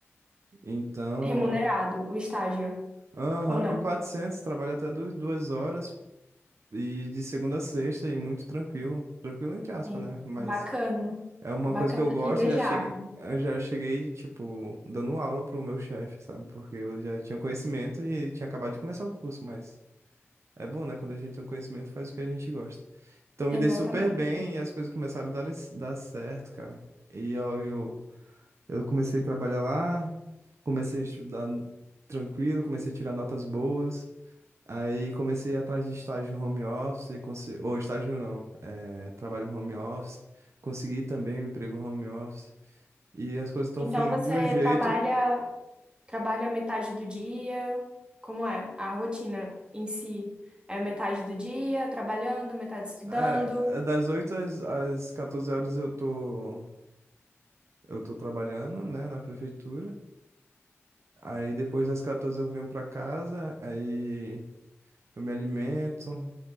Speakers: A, on the right (about 70°); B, on the right (about 20°).
A: Então,
B: Remunerado, o estágio,
A: aham,
B: ou
A: mil
B: não?
A: e quatrocentos trabalho até du- duas horas e de segunda a sexta e muito tranquilo. Tranquilo entre aspas,
B: É,
A: né? Mas
B: Bacana,
A: é uma
B: bacana,
A: coisa que eu gosto,
B: invejável.
A: já cheguei, eu já cheguei, tipo, dando aula pro meu chefe, sabe? Porque eu já tinha conhecimento e tinha acabado de começar o curso, mas é bom, né? Quando a gente tem um conhecimento, faz o que a gente gosta. Então me
B: Exatamente.
A: dei super bem e as coisas começaram a dar, dar certo, cara. E eu, eu Eu comecei a trabalhar lá, comecei a estudar tranquilo, comecei a tirar notas boas. Aí comecei a ir atrás de estágio home office, conse- ou estágio não, é, trabalho home office. Consegui também um emprego home office. E as coisas estão
B: Então
A: fluindo
B: você
A: de um jeito
B: trabalha,
A: que,
B: trabalha metade do dia, como é? A rotina em si é metade do dia trabalhando, metade estudando.
A: é, é das 8 às, às 14 horas eu tô, eu tô trabalhando, né, na prefeitura. Aí depois das 14 eu venho pra casa, aí eu me alimento,